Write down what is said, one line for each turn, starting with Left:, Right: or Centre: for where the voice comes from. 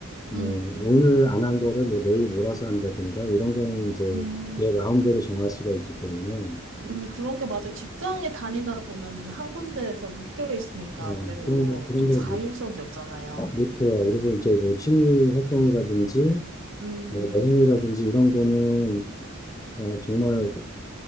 Left: 뭐
Right: 음,
Left: 오늘 안 한 거를 뭐 내일 몰아서 한다든가 이런 거는 이제
Right: 음,
Left: 내 마음대로 정할 수가 있기 때문에
Right: 음, 그런 게 맞아요. 직장에 다니다 보면은 한 군데에서 묶여 있으니까
Left: 어,
Right: 아무래도
Left: 그런 거, 그런
Right: 좀
Left: 걸
Right: 자율성이
Left: 못,
Right: 없잖아요.
Left: 못해요. 그래서 이제 뭐 취미 활동이라든지
Right: 음,
Left: 뭐 여행이라든지 이런 거는 어, 정말